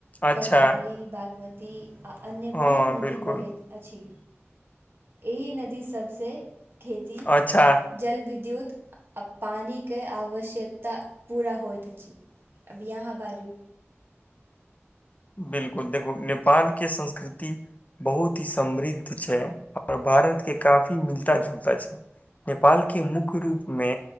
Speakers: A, on the left; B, on the right.
A: अच्छा
B: करनाली बागमती ती आ अन्य
A: हँ
B: बहुत नदी
A: बिल्कुल
B: बहैत अछि एहि नदी सभ से खेती
A: अच्छा
B: जल विद्युत आ पानिके आवश्यकता पूरा होइत अछि। अब यहा बाजू।
A: बिलकुल देखू नेपाल के संस्कृति बहुत ही समृद्ध छैय और भारत के काफी मिलता जुलता छैय। नेपाल के मुख्य रूप मे